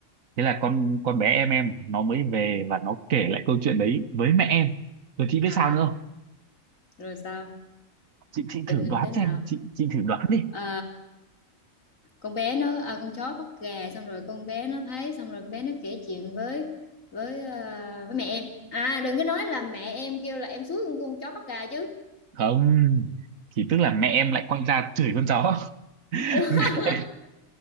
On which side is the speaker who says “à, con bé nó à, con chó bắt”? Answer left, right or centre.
Left